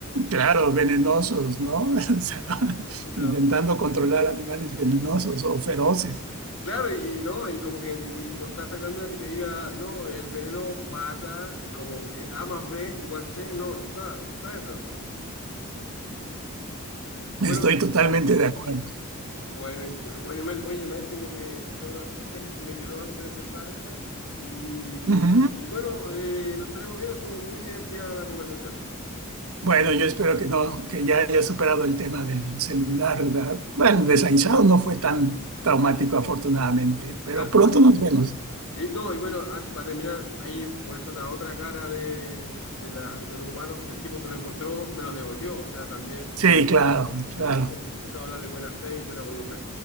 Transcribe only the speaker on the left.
<laughs> Claro.
Claro, y no, y como que n- n- no está esa glándula que te diga, no, el veneno mata, como que A más B igual C, no, no está, no está eso. No. Bueno,
bueno, y- bueno, Imael, oye, Imael, tengo que buscar una cosita que se me quedó antes de empezar esto, y,
y bueno, eh, nos estaremos viendo, estuvo muy divertida la conversación.
Ah,
bueno, y-
y no, y bueno, ah, para terminar, ahí por eso la otra cara de, de, la- de los humanos, que el tipo que lo encontró me lo devolvió, o sea, también...
Eh, eh, Eso habla de buena fe y buena voluntad.